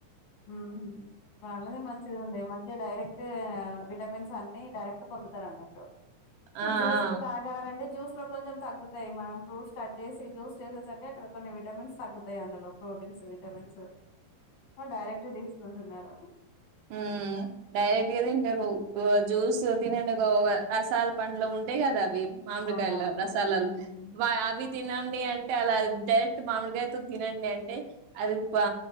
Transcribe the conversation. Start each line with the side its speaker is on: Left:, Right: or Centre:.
Left: ఉహు వాళ్ళది మంచిది ఉంది మంచిగా డైరెక్ట్ విటమిన్స్ అన్ని డైరెక్ట్ పొందుతారు అన్నట్టు
Right: ఆ
Left: జ్యూస్
Right: ఆ
Left: లో తాగలంటే జ్యూస్ లో కొంచెం తగ్గుతాయి మనం ఫ్రూట్స్ కట్ చేసి జ్యూస్ చేసేసరికి, అక్కడ కొన్ని విటమిన్స్ తగ్గుతాయి. అందులో ప్రోటీన్స్, విటమిన్స్ వాళ్ళు డైరెక్ట్గా తీసుకుంటున్నారు.
Right: హ్మ్ డైరెక్ట్గా తింటరు. బ జ్యూస్ తినండి ఆ రసాల పండ్లు ఉంటాయి కదా అవి మామిడికాయల
Left: అవునవును
Right: రసాలాలు
Left: ఉమ్
Right: వా అవి తినం తిను అంటే అలా డైరెక్ట్ మామిడికాయతో తినండి అంటే అది బా